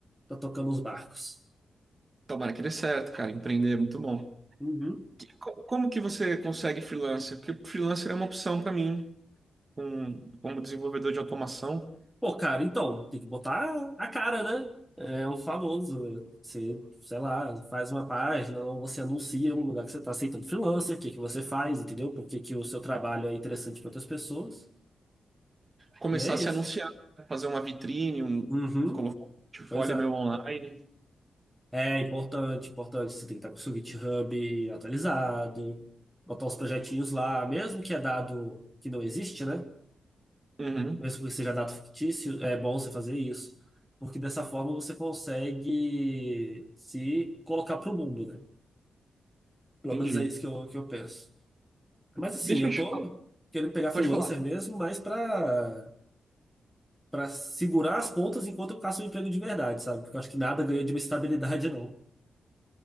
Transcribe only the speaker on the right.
Tomara que dê certo, cara. Empreender é muito bom.
Que- co- Como que você consegue freelancer? Porque freelancer é uma opção pra mim. com, como desenvolvedor de automação,
começar
a se
anunciar, né? Fazer uma vitrine, um,
colocar um portfólio
meu online.
Uhum,
entendi.
Deixa
eu te
falar,
pode falar.